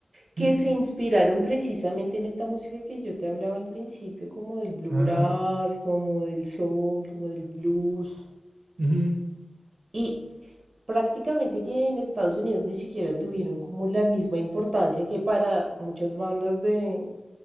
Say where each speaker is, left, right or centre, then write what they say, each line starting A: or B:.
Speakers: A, on the right; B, on the right.
A: que
B: Mm,
A: se inspiraron precisamente en esta música que yo te hablaba al principio, como del bluegrass,
B: ah,
A: como del soul, como del blues.
B: ujú,
A: Y, prácticamente que en Estados Unidos ni siquiera tuvieron como la misma importancia que para muchas bandas de,